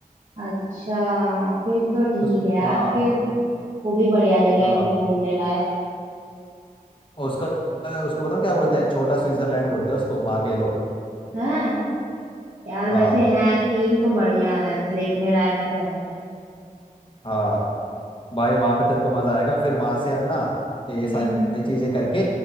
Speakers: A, on the right; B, on the left.
A: अच्छा फिर तो ठीक
B: उस
A: है यार
B: हाँ
A: फिर वो भी बढ़िया जगह
B: हाँ
A: है फिर घूमने लायक
B: उसका उसको बताऊँ क्या बोलते हैं छोटा स्विट्जरलैंड बोलते हैं उसको वहाँ के लोग
A: है यार
B: हाँ
A: वैसे है सीन तो बढ़िया है वैसे देखने लायक तो है
B: हाँ भाई वहां पे तेरे को मजा आएगा फिर वहां से अपना ये सारी
A: हम्म हम्म
B: चीजें करके